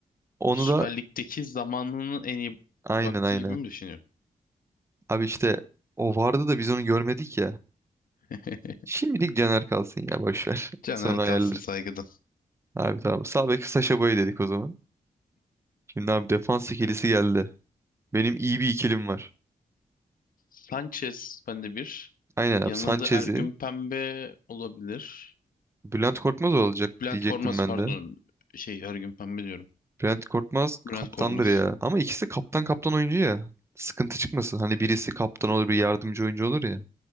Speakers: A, on the right; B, on the left.
A: Onu
B: Süper
A: da
B: Lig'deki zamanının en iyi
A: aynen
B: vakti
A: aynen.
B: gibi mi düşünüyorum?
A: Abi işte o vardı da biz onu görmedik ya.
B: <laughs>
A: Şimdilik Caner kalsın ya boş ver.
B: Caner
A: <laughs> Sonra
B: kalsın
A: ayarlar.
B: saygıdan.
A: Abi tamam. Sağ bek Sasha Boy dedik o zaman. Şimdi abi defans ikilisi geldi. Benim iyi bir ikilim var.
B: Sanchez bende bir.
A: Aynen abi
B: Yanında
A: Sanchez'i
B: da Ergün Pembe olabilir.
A: Bülent Korkmaz olacak
B: Bülent
A: diyecektim
B: Korkmaz
A: ben
B: pardon.
A: de.
B: Şey Ergün Pembe diyorum.
A: Bülent Korkmaz
B: Bülent
A: kaptandır
B: Korkmaz.
A: ya. Ama ikisi de kaptan kaptan oyuncu ya. Sıkıntı çıkmasın. Hani birisi kaptan olur, bir yardımcı oyuncu olur ya